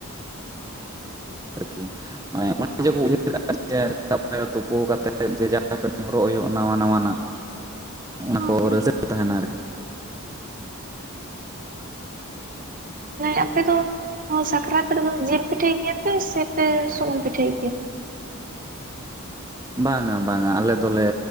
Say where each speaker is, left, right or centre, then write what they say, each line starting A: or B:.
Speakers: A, on the right (about 15°); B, on the right (about 40°).
A: ᱟᱨᱠᱤ ᱢᱟᱱᱮ ᱚᱱᱮ ᱡᱮᱠᱚ ᱩᱭᱦᱟᱹᱨ ᱠᱟᱜ ᱟ ᱡᱮ ᱥᱮᱛᱟᱜ ᱯᱟᱭᱟᱨ ᱨᱮ ᱛᱩᱯᱩ ᱠᱟᱛᱮᱫ ᱡᱮ ᱡᱟᱦᱟᱸ ᱯᱮᱱ ᱦᱚᱨᱚᱜ ᱦᱩᱭᱩᱜᱼᱟ ᱱᱟᱣᱟ ᱱᱟᱣᱟᱱᱟᱜ᱾ ᱚᱱᱟ
B: ᱦᱮᱸ
A: ᱠᱚ ᱨᱟᱹᱥ ᱛᱟᱦᱮᱱᱟ ᱟᱨᱠᱤ᱾
B: ᱢᱟᱱᱮ ᱟᱯᱮ ᱫᱚ ᱥᱟᱠᱨᱟᱛ ᱨᱮᱫᱚ ᱡᱮᱞ ᱯᱤᱴᱷᱟᱹᱭ ᱜᱮᱭᱟᱯᱮ ᱥᱮᱯᱮ ᱥᱩᱱᱩᱢ ᱯᱤᱴᱷᱟᱹᱭ ᱜᱮᱭᱟ?
A: ᱵᱟᱝᱼᱟ ᱵᱟᱝᱼᱟ ᱟᱞᱮ ᱫᱚᱞᱮ